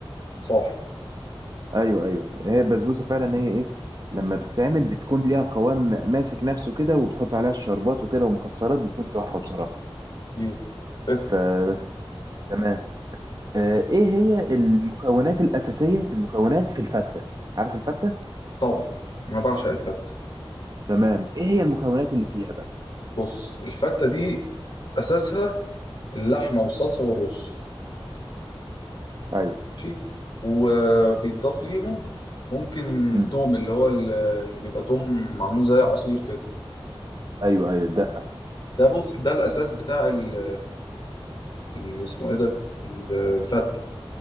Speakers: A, on the left; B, on the right.
A: صح
B: ايوه ايوه هي البسبوسه فعلا هي ايه لما بتتعمل بتكون ليها قوام ماسك نفسه كده وبتحط عليها الشربات وكده ومكسرات بتكون تحفه بصراحه
A: اكيد اسأل
B: فبس تمام آه ايه هي المكونات الاساسيه المكونات في الفته عارف الفته
A: طبعا انا بعشق الفته
B: تمام ايه هي المكونات اللي فيها بقى
A: بص الفته دي اساسها اللحمه والصلصه والرز
B: ايوه
A: ماشي وبيتضاف ليهم ممكن
B: مم.
A: توم اللي هو ال- اللي بيبقى توم معمول زي عصير كده
B: ايوه ايوه الدقه
A: ده بص ده الاساس بتاع ال- اللي اسمه ايه ده ال- الفته